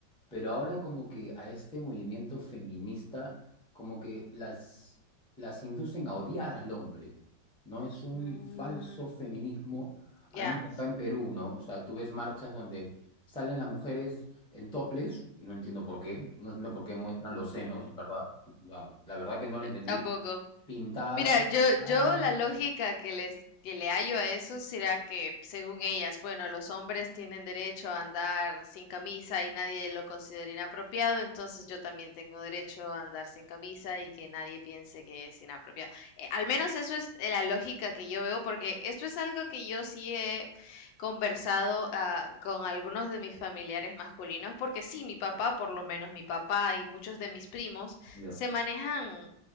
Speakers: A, in the centre; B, on the left.
A: Pero ahora como que a este movimiento feminista como que las, las inducen a odiar al hombre, ¿no? Es un
B: Mm,
A: falso feminismo,
B: ya,
A: al menos acá en Perú, ¿no? O sea, tú ves marchas donde salen las mujeres en toples, no entiendo por qué, no entiendo por qué muestran los senos, ¿verdad? La, la verdad que no lo entendí,
B: tampoco.
A: pintadas
B: Mira,
A: con
B: yo,
A: la cara,
B: yo la lógica que les que le hallo a eso será que, según ellas, bueno, los hombres tienen derecho a andar sin camisa y nadie lo considera inapropiado, entonces yo también tengo derecho a andar sin camisa y que nadie piense que es inapropiado. Eh, al menos eso es eh, la lógica que yo veo, porque esto es algo que yo sí he conversado ah, con algunos de mis familiares masculinos, porque sí, mi papá, por lo menos mi papá y muchos de mis primos,
A: ya.
B: se manejan